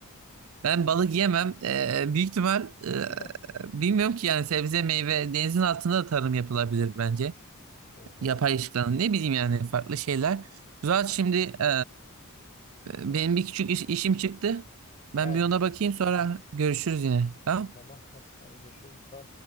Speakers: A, on the right; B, on the left.
A: ben balık yemem. Ee, büyük ihtimal e,
B: <laughs>
A: bilmiyorum ki yani sebze meyve denizin altında da tarım yapılabilir bence.
B: Oho.
A: Yapay
B: Çok...
A: ışıklanın ne bileyim yani farklı şeyler. Zaten şimdi e, benim
B: Hı.
A: bir küçük iş- işim çıktı. Ben
B: He.
A: bir ona bakayım sonra görüşürüz yine. Tamam?
B: E, tamam. Hadi, hadi görüşürüz. Bye.